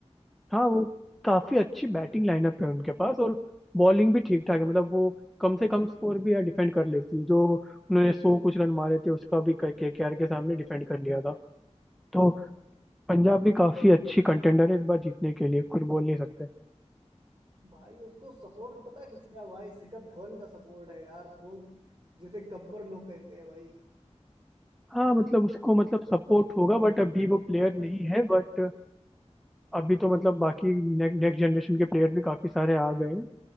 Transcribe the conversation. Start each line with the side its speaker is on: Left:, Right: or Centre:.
Centre: हाँ वो काफी अच्छी बैटिंग लाइनअप है उनके पास और बॉलिंग भी ठीक ठाक है मतलब वो कम से कम स्कोर भी यार डिफेंड कर लेती है जो उन्होंने सौ कुछ रन मारे थे उसका भी के के आर के सामने डिफेंड कर लिया था तो पंजाब भी काफी अच्छी कंटेंडर है इस बार जीतने के लिए कुछ बोल नहीं सकते
Right: भाई उसको सपोर्ट पता है किसका है भाई शिखर धवन का सपोर्ट है यार वो जिसे गब्बर लोग कहते हैं भाई
Centre: हाँ मतलब उसको मतलब सपोर्ट होगा बट अभी वो प्लेयर नहीं
Right: भाई गब्बर
Centre: है बट अभी तो मतलब बाकी नेक्स्ट जनरेशन के प्लेयर भी काफी सारे आ गए हैं